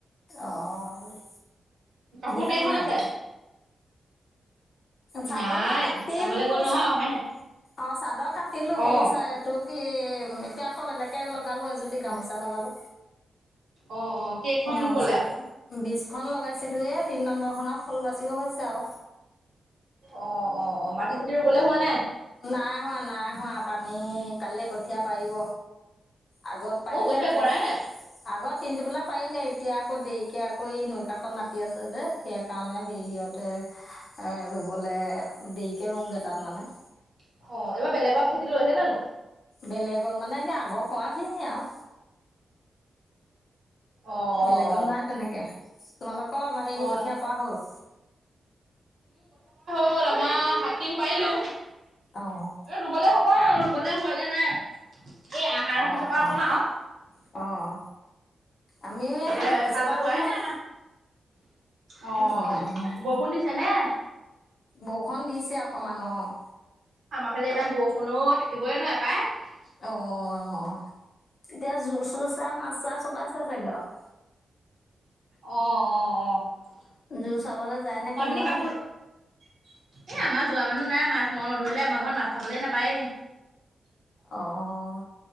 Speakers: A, on the left; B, on the right.
A: অ',
B: কাপোৰ
A: দেউতাক
B: কেইখন
A: নাই?
B: আছে
A: চাদৰ
B: নাই
A: মই কাটিলো,
B: কামলৈ গ'ল নহয়
A: চাদ
B: অহাই নাই
A: অ' চাদৰ কাটিলো, হেৰি
B: অ
A: চ তোৰ কি ততি আকৌ বেলেগে লগালো এজনী গামত <unintelligible> লগালো।
B: অ অ কেইখন
A: গামোচা
B: বলে
A: উম। বিছখন লগাইছিলো এ তিন নম্বৰখনত ফুল বাচি হৈছে আও।
B: অ অ', অ', মাটি চাটি ৰুবলৈ হোৱা নাই?
A: নাই হোৱা, নাই হোৱা, পানী কালিলৈ কঠীয়া পাৰিব। আগত পাৰিলেহেঁতে
B: অ কঠীয়া পৰাই নাই
A: আগত তিনটোপোলা পাৰিলে এতিয়া আকৌ দেৰিকে আকৌ এই নৈ কাষত মাতি আছ ছু যে সেই কাৰণে হেৰি ইহঁতে এ ৰুবলে দেৰিকে ৰুওগে তাত মানে।
B: অ', এইবাৰ বেলেগত খেতি লৈছে জানো?
A: বেলেগত মানে এ আগৰ কৰাখিনিয়ে আৰু।
B: অ অ
A: বেলেগত
B: অ
A: নাই তেনেকে, তোমালোকৰ হে
B: অ
A: কঠীয়া পৰা হ'ল?
B: হ'ল আমাৰ সাতটিং পাৰিলোঁ।
A: অ
B: এ ৰুবলে হ'ব আৰু কলে হোৱাগে নাই। এই আহাৰৰ
A: অ',
B: পিছৰ পৰা
A: অ',
B: ৰুম আৰু
A: অ'। আমি
B: এতিয়া
A: সাতৰ পিছৰ
B: হাল
A: পৰা
B: বোৱাই
A: ৰুম হম,
B: নাই আমাৰ অ
A: উম,
B: বৰষুণ দিছে নে
A: বৰষুণ দিছে অকমান, অ'।
B: আমাৰ ফালে ইমান বৰষুণ অ', থাকিবই নোৱাৰে পাই।
A: অ'। তেতিয়া জোৰ চোৰ চাই নাছা চলাইছে চাগে আৰু।
B: অ', অ', অ'।
A: <unintelligible> নে কোনোবা
B: অথনী কাপোৰ, এ, আমাৰ যোৱা মানুহ নাই মাছ মই নধৰিলে আমাৰ ঘৰত মাছ খাবলে নাপায়ে।
A: অ'।